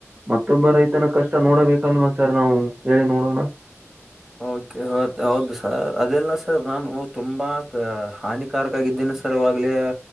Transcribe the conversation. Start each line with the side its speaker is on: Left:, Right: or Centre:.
Right: ಮತ್ತೊಬ್ಬ ರೈತನ ಕಷ್ಟ ನೋಡಬೇಕಲ್ವಾ ಸರ್ ನಾವು ಹೇಳಿ ನೋಡೋಣ
Centre: ಒಕೆ ಹೌದು ಸರ್ ಅದೆಲ್ಲ ಸರ್ ನಾನು ತುಂಬಾ ಹಾನಿ ಕಾರಕಾರಕ್ಕಾಗಿದ್ದೇನು ಸರವಾಗಿ ಆಗ್ಲೇ